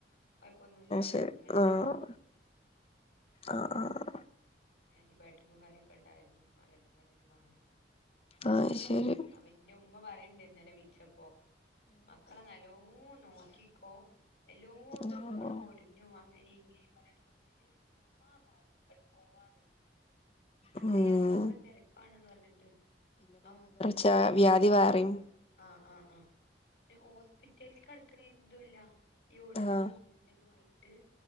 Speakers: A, on the left; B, on the left.
A: കൊയ്പ്പൊന്നുല്ല ആഹ്
B: ശരി
A: മര്ന്ന്മ്മലെന്നെ
B: ആഹ്
A: മാറി
B: ആഹ്
A: ആന്റിബയോട്ടിക്കും കാര്യോക്കെ ഉണ്ടായിര്ന്നു ആഹ് മര്ന്ന്മ്മലെന്നെ മാറി
B: ആഹ് ശരി
A: അപ്പ ന്റെ ഉമ്മ പറിണ്ട് ഇന്നലെ വിൾച്ചപ്പോ മക്കളെ നല്ലോം നോക്കിക്കോ എല്ലോർത്തും
B: ആഹ്
A: വീണു ഓ ടിഞ്ഞു അങ്ങനി ഇങ്ങനിം പർഞ്ഞിട്ട് ഹോസ്പിറ്റൽ ആഹ് ഭാത്ത്ക്കട് പോവാൻ വയ്യ. അത്രേ
B: ഉം
A: ആഹ് ഭാഗം തെരക്കാണ്ന്ന് പർഞ്ഞിട്ട് അം
B: ച വ്യാധി വേറിം
A: ആഹ് ആഹ് ആഹ് ഹോസ്പിറ്റൽ കട്ക്ക്ണതു അല്ല ഈ ഒട്ഞ്ഞതും
B: ആഹ്
A: ഇതുവായിട്ട്